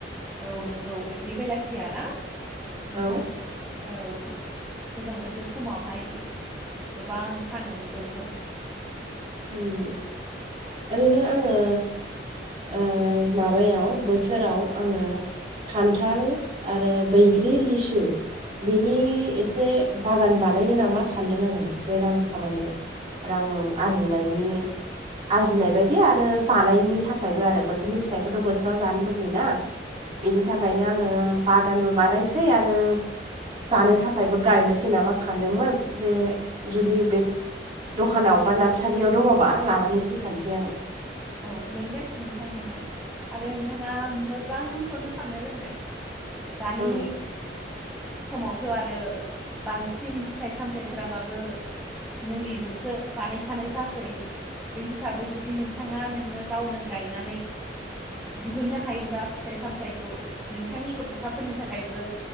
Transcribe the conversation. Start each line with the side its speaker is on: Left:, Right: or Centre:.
Centre: औ नोंगौ बैग्रि बेलाथिया ना नोंथां।
Right: औ
Centre: औ गोजां बोथोर समावहाय गोबां फानो बेखौथ'।
Right: उम ओरैनो आङो। ओ माबायाव बोथोराव आङो खान्थाल आरो बैग्रि, लिसु। बिनि एसे बागान बानायो नामा सानदों आङो एसे रां खामायनो। रां आरजिनायनि आरजिनाय बायदि आरो जानायनि थाखायबो आरो बोथोरनि फिथाइखौथ' बोथोराव जानो लुुबैयोना। बेनि थाखायनो आङो बागानबो बानायसै आरो जानो थाखायबो गायनोसै नामा सानदोंमोन बे जुदि बे दखानाव बा नार्सारियाव दङबा लानानै फैफानोसै आङो।
Centre: औ मोनगोन नोंथां मोनगोन। आरो नोंथाङा मोजांखौनो साननो रोंदों दानि
Right: उम
Centre: समावथ' आरो बांसिन फिथाइ- सामथायाइफोराबाबो मुलिजोंसो बानायखानाय जासै बे हिसाबै जुदि नोंथां ङा नोंनो गावनो गायनानै। दिहुननो हायोब्ला फिथाइ-सामथायाइखौ नोंथांनि गथ'साफोरनि थाखायबो